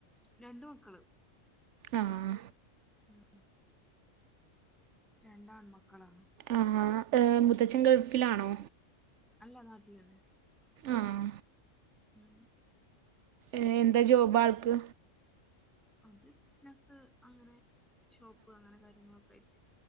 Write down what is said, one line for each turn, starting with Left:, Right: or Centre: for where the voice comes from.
Centre: രണ്ട് മക്കള്
Right: ആഹ്
Centre: ഉം രണ്ടാൺ മക്കളാണ്
Right: ആഹ് മുത്തച്ഛൻ ഗൾഫിലാണോ
Centre: അല്ല നാട്ടിലന്നെ
Right: ആഹ്
Centre: ഉം
Right: ഏഹ് എന്താ ജോബ് ആൾക്ക്
Centre: അത് ബിസിനസ്സ് അങ്ങനെ ഷോപ്പ് അങ്ങനെ കാര്യങ്ങളൊക്കെ ആയിട്ട്